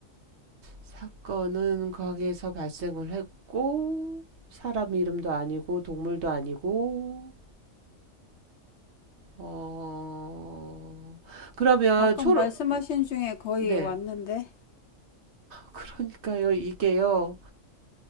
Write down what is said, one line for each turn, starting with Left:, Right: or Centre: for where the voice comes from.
Right: 사건은 가게에서 발생을 했고, 사람 이름도 아니고, 동물도 아니고, 어, 그러면
Left: 아까
Right: 초록,
Left: 말씀하신 중에 거의
Right: 네.
Left: 왔는데,
Right: 그러니까요, 이게요.